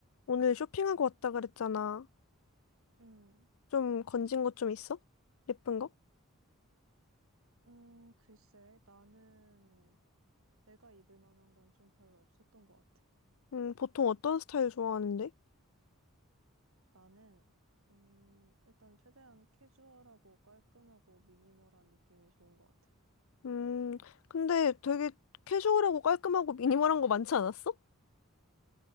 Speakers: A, on the left; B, on the right.
A: 오늘 쇼핑하고 왔다 그랬잖아.
B: 음,
A: 좀 건진 것 좀 있어? 예쁜 거?
B: 음, 글쎄, 나는 내가 입을 만한 건 좀 별로 없었던 것 같아.
A: 음, 보통 어떤 스타일 좋아하는데?
B: 나는, 음, 일단 최대한 캐주얼하고 깔끔하고 미니멀한 느낌이 좋은 것 같아.
A: 음, 근데 되게 캐주얼하고 깔끔하고 미니멀한 거 많지 않았어?